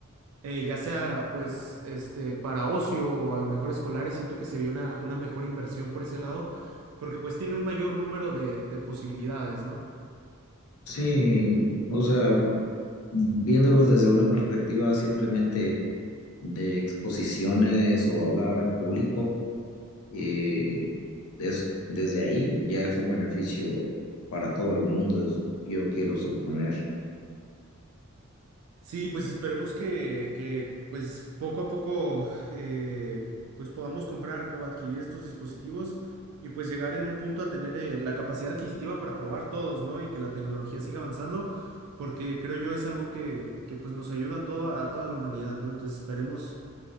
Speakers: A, on the right (about 85°); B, on the left (about 80°).
A: eh, ya sea pues este, para ocio o a lo mejor escolares, siento que sería una, una mejor inversión por ese lado, porque pues tiene un mayor número de, de posibilidades, ¿no?
B: Sí, o sea, viéndolo desde una perspectiva simplemente de exposiciones o hablar al público Eh, es, desde ahí ya es un beneficio para todo el mundo, es- yo quiero suponer.
A: Sí, pues esperemos que, que, pues poco a poco eh, pues podamos comprar o adquirir estos dispositivos y pues llegar en un punto a tener eh, la capacidad adquisitiva para probar todos, ¿no? Y que la tecnología siga avanzando, porque creo yo es algo que, que, pues nos ayuda a todo, a toda la humanidad, ¿no? Entonces esperemos,